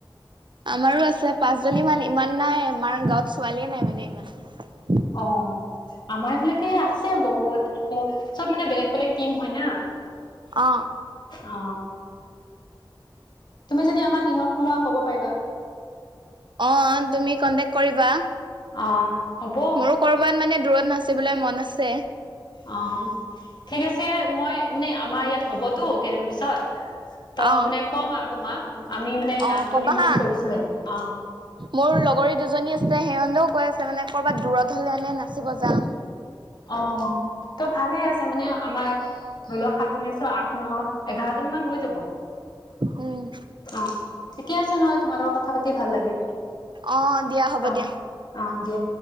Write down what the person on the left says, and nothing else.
অ'। আমাৰ এইফালকে আছে বহুত আকৌ চব মানে বেলেগ বেলেগ টিম হয় না।
অ তুমি যদি আমাৰ টিমত সোমোৱা ক'ব পাৰিবা।
অ'। হ'ব
অ ঠিক আছে মই মানে আমাৰ ইয়াত হ'বতো কেইদিন পিছত ত'
মানে কম আৰু তোমাক আমি মানে
গানটো
ৰিমিঊ
কৰিছোঁ হে অ।
অ ত' ভালে আছে মানে আমাৰ ধৰি লোৱা সাতজনী আছ আঠ ন এঘাৰজনী মান হৈ যাব।
অ, ঠিকে আছে নহলে তোমাৰ লগত কথা পাতি ভাল লাগিল।
অ
অ দিয়া